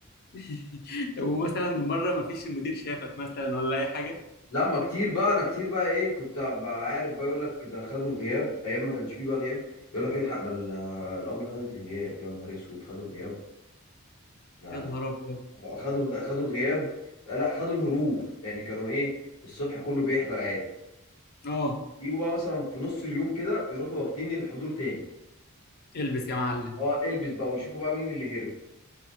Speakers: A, on the left; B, on the left.
A: <laughs> طب ومثلا مره ما فيش المدير شافك مثلا ولا اي حاجه
B: لا ما كتير بقى انا كتير بقى ايه كنت بقى عارف بقى يقول لك ده خدوا الغياب ايام ما كانش فيه بقى غياب يقول لك الحق ده ال- الابله خدت الغياب يا نهار اسود خدوا الغياب ده
A: يا
B: ده
A: نهار ابيض
B: خدوا الغ- خدوا الغياب لا خدوا الهروب يعني كانوا ايه الصبح كله بيحضر عادي
A: اه
B: يجوا بقى مثلا في نص اليوم كده يروحوا واخدين الحضور تاني
A: البس يا معلم
B: اه البس بقى ويشوفوا بقى مين اللي هرب